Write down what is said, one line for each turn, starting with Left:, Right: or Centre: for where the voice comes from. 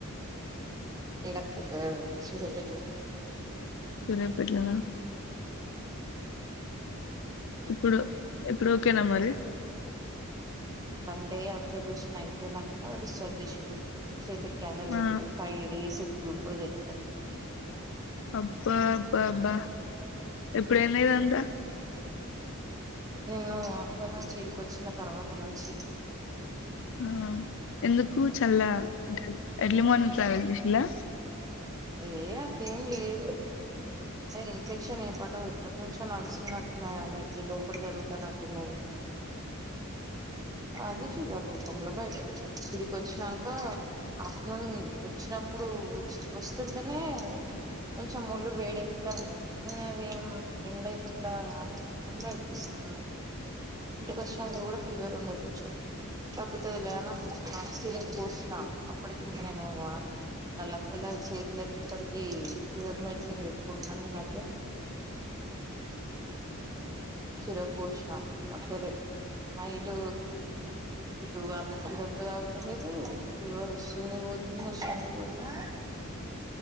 Right: <inaudible>
Left: సూర్యంపేట్లోనా ఇప్పుడు ఇప్పుడు ఓకేనా మరి
Right: వన్ డే అబ్జర్వేషన్ అయిపోయినాంక డిశ్చార్జ్ చేసిళు చేతిక్యనల్ పెట్టరు
Left: ఆ
Right: ఫైవ్ డేస్ గ్లూకోస్ ఎక్కినే
Left: అబ్బా అబ్బా అబ్బా ఎప్పుడైందిదంతా
Right: నిన్ను అక్కడి నుంచి ఇడికొచ్చిన తర్వాత నుంచి
Left: ఆ ఎందుకు చల్ల ఎర్లీ మార్నింగ్ ట్రావెల్ చేసిలా
Right: అయ అదేం లేదు అదే ఇన్ఫెక్షన్ ఏ పాటో ఎప్పటి నుంచో నడుస్తున్నట్టున్నాయి ఆమెకి లోపట జరుగుతనట్టున్నవి అది ఫీవర్ రూపంలో బయటపట్టింది ఈడికొచ్చినంక ఆఫటర్నూన్ వచ్చిన ఇప్పుడు వొచ్చి వస్తుంటేనే కొంచెం వొళ్ళు వేడి స్తారండి న అదిే రండ ఈ మల్ళ తీసుకున్నాం ఇంటికికొచ్చినంక గూడా ఫీవర్ ఉండే కొంచెం తగ్గుతది లే అననుకున్న శిరిప్ పోశిన అప్పటికి ఇంక నేను ఆ లక్కలా చేతిలెప్పటికి ఫివర్ మెడిసిన్ పెట్టుకుంటున్నాను ఈ మధ్య శిరిప్ పోష్నా అక్కలి నైట్ ఇటు అంత శిరిప్ తాగతలేదు ఫీవర్ వస్తుంది పోతుంది వస్తుంది పోతుంది